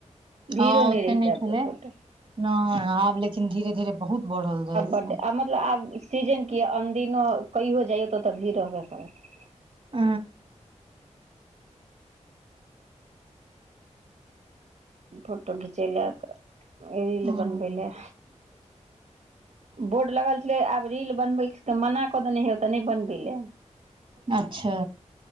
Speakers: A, on the right; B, on the right.
A: भीड़ो
B: हँ ओते
A: नहि रहितै
B: छलै
A: पुपुट।
B: नहि आब लेकिन धीरे धीरे बहुत बढ़ल जाय छै।
A: बड मतलब आब सीजन की या अनदिनो कहियो जाइयौ त ओतऽ भीड़ रहबे करत।
B: ह।
A: फोटो घिचेलक, रील
B: हूं
A: बनबै ले।
B: <unintelligible>
A: बोर्ड लगल छलै आब रील बनबै के मना कऽ देने है ओते नहि बनबै ले।
B: अच्छा।